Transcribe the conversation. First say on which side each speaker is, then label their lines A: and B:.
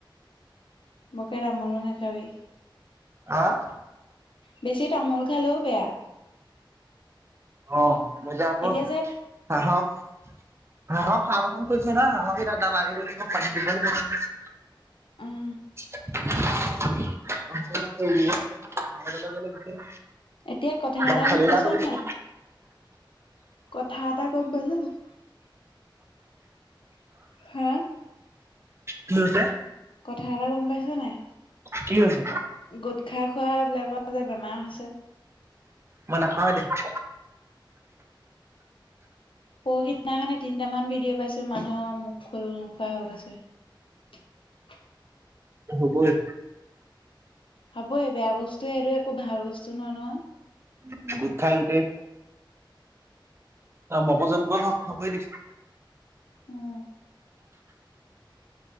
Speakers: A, on the left; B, on the right.
A: বকেৰা তামোল নেখাৱি।
B: আহ।
A: বেছি তামোল খালেও বেয়া।
B: অ মজা হব।
A: এতিয়া যে
B: <unintelligible> হ খখন কৰিছে না হ বি দামাগে বুলি ম <unintelligible>
A: উম।
B: <unintelligible> উৰিথাজলৈ গ'লে গোটেই।
A: এতিয়া কথা
B: ধ্বংসলীলা
A: এটা গম পাইছা
B: কৰি দিব
A: নাই? কথা এটা গম পাইছ নাই। হা
B: কি হৈছে
A: কথা এটা গম পাইছ নে নাই।
B: কি হৈছে
A: গোটখা খোৱা বিলাকৰ যে বেমাৰ হৈছে
B: মই নাখাওঁ এতিয়া।
A: <inaudible> পৰহিদিনাখনে তিনটামান ভিডিঅ' পাইছো মানুহৰ মুখ খোল নোখোৱা হৈ গৈছে। <unintelligible>
B: হ'বই'
A: হ'বই বেয়া বস্তুৱয়ে এটো একো ভাল বস্তু নহয় ন।
B: উম' গোটখাই গোটেই- অ' মগজ ন্ত ন খ কৰি দিছে।
A: উম'